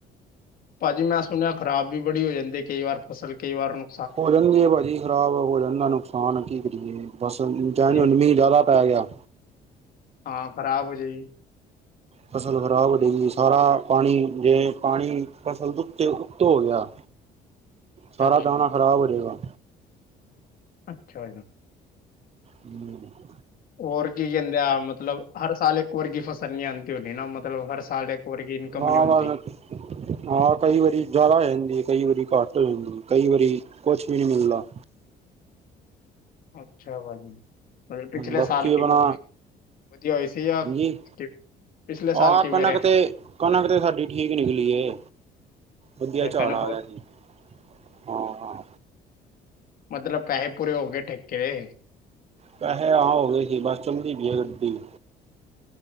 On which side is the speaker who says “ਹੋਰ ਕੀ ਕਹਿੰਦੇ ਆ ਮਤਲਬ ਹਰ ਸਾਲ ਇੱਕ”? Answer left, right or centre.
Left